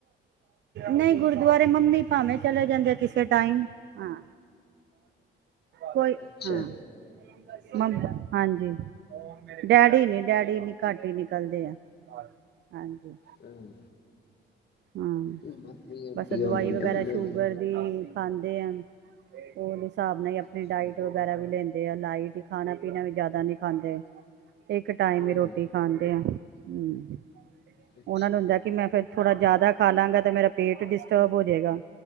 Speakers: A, on the right; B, on the left.
A: ਨਹੀਂ ਗੁਰਦੁਆਰੇ ਮੰਮੀ ਭਾਵੇਂ ਚਲੇ ਜਾਂਦੇ ਆ ਕਿਸੇ ਟਾਈਮ, ਹਾਂ ਕੋਈ,
B: ਅੱਛਾ
A: ਹਾਂ ਮੰਮੀ ਹਾਂਜੀ ਡੈਡੀ ਨੀ ਡੈਡੀ ਨੀ ਘੱਟ ਹੀ ਨਿਕਲਦੇ ਆ ਹਾਂਜੀ
B: ਹਮ
A: ਹਾਂ
B: ਉਮਰ ਵੀ ਹੋਗੀ
A: ਬਸ
B: ਹੋਨੀ
A: ਦਵਾਈ
B: ਨੇ
A: ਵਗੈਰਾ
B: ਨਾ ਉਹਨਾਂ
A: ਸ਼ੂਗਰ
B: ਦੀ
A: ਖਾਂਦੇ ਹੈ ਓਲਿਸ ਹਿਸਾਬ ਨਾਲ ਈ ਆਪਨੀ
B: ਅੱਛਾ
A: ਡਾਇਾਈਟ ਵਗੈਰਾ ਵੀ ਲੈਂਦੇ ਦੇ ਲਾਈਟ ਹੀ ਖਾਨਾ ਪੀਨਾ ਵੀ ਜ਼ਿਆਦਾ ਨਹੀਂ ਖਾਂਦੇ ਇੱਕ ਟਾਈਮ
B: ਹਮ,
A: ਈ ਰੋਟੀ ਖਾਂਦੇ ਆ ਹਮ
B: ਅੱਛਾ
A: ਉਹਨਾਂ ਨੂੰ ਹੁੰਦਾ ਕਿ ਮੈਂ ਫੇਰ ਥੋੜਾ ਜ਼ਿਆਦਾ ਖਾ ਲਾਂਗਾ ਤੇ ਮੇਰਾ ਪੇਟ ਡਿਸਟਰਬ ਹੋ ਜਾਏਗਾ